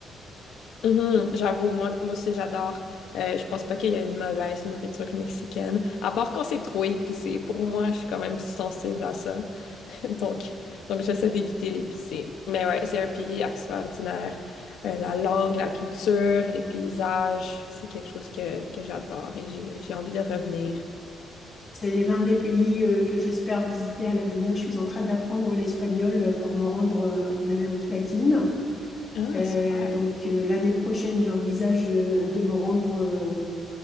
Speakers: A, on the left; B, on the left.
A: Mhm, j'avoue, moi, moi aussi j'adore. Euh, je pense pas qu'il y a une mauvaise nourriture mexicaine, à part quand c'est trop épicé. Pour moi, je suis quand même sensible à ça. <laughs> Donc, donc j'essaie d'éviter l'épicé. Mais ouais, c'est un pays extraordinaire. Euh, la langue, la culture, les paysages, c'est quelque chose que, que j'adore et j'ai, j'ai envie de revenir.
B: C'est l'un des pays euh, que j'espère visiter à l'avenir. Je suis en train d'apprendre l'espagnol euh, pour me rendre euh, en Amérique latine.
A: Ah,
B: Euh,
A: super.
B: donc euh, l'année prochaine, j'envisage euh, de me rendre euh,